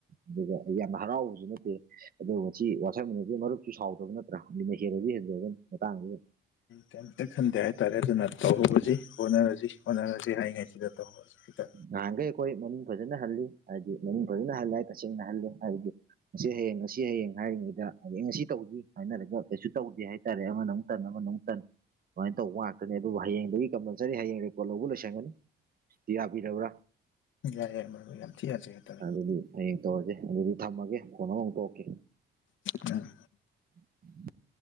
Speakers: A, on the right; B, on the left.
A: ꯑꯗꯨꯒ ꯑꯩ ꯌꯥꯝꯅ ꯍꯔꯥꯎꯕꯁꯨ ꯅꯠꯇꯦ ꯑꯗꯣ ꯉ ꯃꯁꯤ ꯋꯥꯊꯔꯃꯤꯟꯅꯗꯨꯒꯤ ꯃꯔꯨꯞꯁꯨ ꯁꯥꯎꯗꯕ ꯅꯠꯇ꯭ꯔ ꯑꯅ ꯍꯦꯜꯂꯁꯨ ꯍꯦꯟꯖꯂꯒꯅꯤ ꯃꯇꯥꯡꯗꯨꯗ
B: ꯀꯩꯝꯇ ꯈꯟꯗꯦ ꯍꯥꯏꯇꯥꯔꯦ ꯑꯗꯨꯅ ꯇꯧꯍꯁꯤ ꯍꯣꯠꯅꯔꯁꯤ ꯑꯣ ꯖꯤ ꯍꯥꯏ ꯉꯥꯏꯁꯤꯗꯠꯇ ꯍꯣꯗ
A: ꯅꯍꯥꯟꯈꯩ ꯑꯩꯈꯣꯏ ꯃꯃꯤ ꯐꯖꯅ ꯍꯜꯂꯤ ꯍꯥꯏꯕꯗꯤ ꯃꯃꯤ ꯐꯖꯅ ꯍꯜꯂꯦ ꯇꯁꯦꯡꯅ ꯍꯜꯂꯦ ꯍꯥꯏꯕꯗꯤ ꯉꯁꯤ ꯍꯌꯦꯡ ꯉꯁꯤ ꯍꯌꯦꯡ ꯍꯥꯏꯔꯤꯉꯩꯗ ꯍꯥꯏꯗꯤ ꯑꯩ ꯉꯁꯤ ꯇꯧꯁꯤ ꯍꯥꯏꯅꯔꯒ ꯀꯩꯁꯨ ꯇꯧꯗꯦ ꯍꯥꯏ ꯁꯔꯦ ꯑꯃꯅ ꯑꯃꯨꯛ ꯇꯟ ꯑꯃꯅ ꯑꯃꯨꯛ ꯇꯟ ꯁꯨꯃꯥꯏꯅ ꯇꯧꯕ ꯉꯥꯛꯇꯅꯦ ꯑꯗꯨꯕꯨ ꯍꯌꯦꯡꯗꯒꯤ ꯀꯝꯄꯜꯁꯔꯤ ꯍꯌꯦꯡ ꯔꯦꯀꯣꯔꯠ ꯂꯧꯕ ꯂꯣꯏꯁꯟꯒꯅꯤ ꯀꯤꯔꯕꯔꯥ
B: ꯌꯥꯔ ꯌꯥꯔ ꯌꯥꯝ ꯊꯤꯔꯖꯒꯦ ꯏꯇꯥꯎ
A: ꯑꯗꯨꯗꯤ ꯍꯌꯦꯡ ꯇꯧꯔꯁꯦ ꯑꯗꯨꯗꯤ ꯊꯝꯃꯒꯦ ꯐꯣꯟ ꯑꯃ ꯑꯃꯨꯛ ꯇꯪꯔꯛꯀꯦ
B: ꯑ
A: <unintelligible>